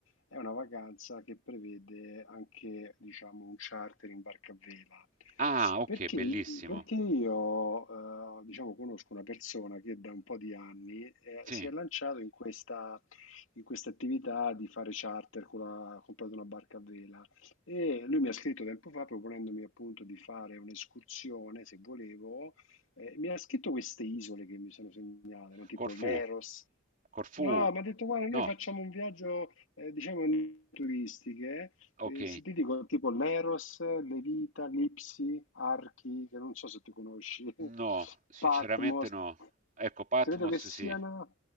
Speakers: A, on the left; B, on the right.
A: è una vacanza che prevede anche, diciamo, un charter in barca a vela.
B: Ah, ok,
A: Perché,
B: bellissimo.
A: perché io, eh, diciamo, conosco una persona che da un po' di anni, eh,
B: Sì.
A: si è lanciato in questa, in questa attività di fare charter con la, ha comprato una barca a vela. E lui mi ha scritto tempo fa proponendomi appunto di fare un'escursione, se volevo eh, mi ha scritto queste isole che mi sono segnato, no? Tipo
B: Corfù.
A: Leros.
B: Corfù.
A: No, mi ha detto, guarda,
B: No,
A: noi facciamo un viaggio, eh, diciamo, in turistiche,
B: ok.
A: eh, Eh, se ti dico tipo Leros, Levita, Lipsi, Archi, che non so se tu conosci, <laughs>
B: No, sinceramente
A: Patmos,
B: no. Ecco, Patmos
A: credo che siano...
B: sì.